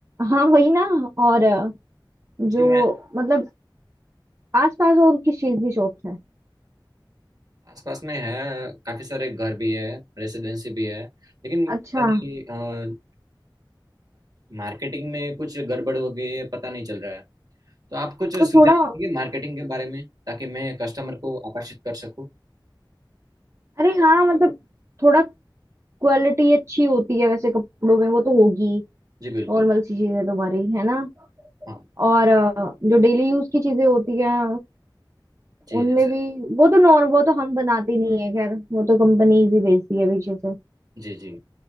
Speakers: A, on the right (about 35°); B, on the right (about 50°).
A: हाँ वही ना और अ, जो
B: जी मैं
A: मतलब आसपास और किस चीज की शॉप्स है
B: आसपास में है काफी सारे घर भी है रेसिडेंसी भी है लेकिन पता
A: अच्छा
B: नहीं मार्केटिंग में कुछ गड़बड़ हो गई है पता नहीं चल रहा है तो आप कुछ
A: तो
B: सुझाव
A: थोड़ा
B: देंगे मार्केटिंग के बारे में ताकि मैं कस्टमर को आकर्षित कर सकूं
A: अरे हाँ मतलब थोड़ा क्वालिटी अच्छी होती है वैसे कपड़ों में वो तो होगी
B: जी बिल्कुल
A: नॉर्मल सी चीज है तुम्हारी है ना
B: हाँ
A: और अ, जो डेली यूज की चीजें होती हैं
B: जी
A: उनमें
B: जैसे
A: भी वो तो नॉर्म वो तो हम बनाते नहीं है खैर वो तो कंपनी भी बेचती है पीछे से
B: जी जी